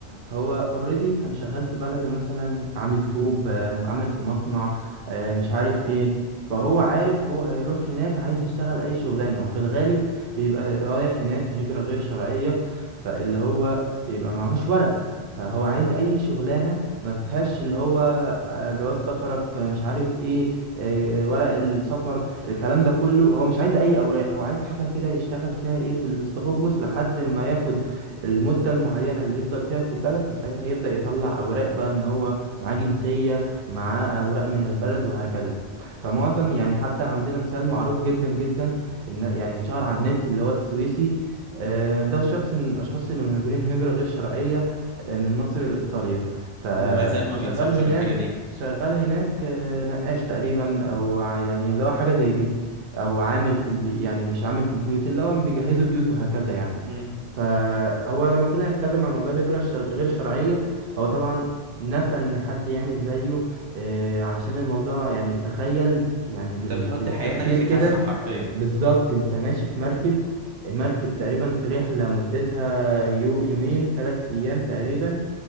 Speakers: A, on the right; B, on the right.
A: هو اوريدي كان شغال في بلده مثلا عامل طوب آه، عامل في مصنع آه، مش عارف ايه فهو عارف هو هيروح هناك عايز يشتغل اي شغلانه وفي الغالب بيبقى رايح هناك هجره غير شرعيه فاللي هو بيبقى معهوش ورق فهو عايز اي شغلانه ما فيهاش اللي هو آه، جواز سفرك آه، مش عارف ايه آه، آه، ورق السفر الكلام ده كله هو مش عايز اي اوراق هو عايز حاجه كده يشتغل فيها ايه في الاستخبص لحد ما ياخد المده المعينه اللي يفضل فيها في البلد فساعتها يبدا يطلع اوراق بقى ان هو معاه جنسيه معاه اوراق من البلد وهكذا فمعظم يعني حتى عندنا مثال معروف جدا جدا ان يعني اتشهر على النت اللي هو السويسي آه،
B: امم
A: ده شخص من الاشخاص اللي مهاجرين هجره غير شرعيه آه، من مصر لايطاليا فشغال
B: وما زال ما بينصحش بالحاجة
A: هناك
B: دي
A: شغال هناك آه، نقاش تقريبا او ع- يعني اللي هو حاجه زي دي او عامل في البي... يعني مش عامل في البيوت اللي هو بيجهزوا بيوت وهكذا يعني
B: امم
A: فهو لما طلع يتكلم عن موضوع الهجره الشر... غير شرعيه هو طبعا نفى ان حد يعمل زيه آه، علشان الموضوع يعني تخيل يعني بال...
B: انت بتحط
A: بالتفكير
B: حياتك في
A: كده
B: كفة حرفيا
A: بالظبط انت ماشي في مركب مركب تقريبا في رحله مدتها يو... يومين ثلاث ايام تقريبا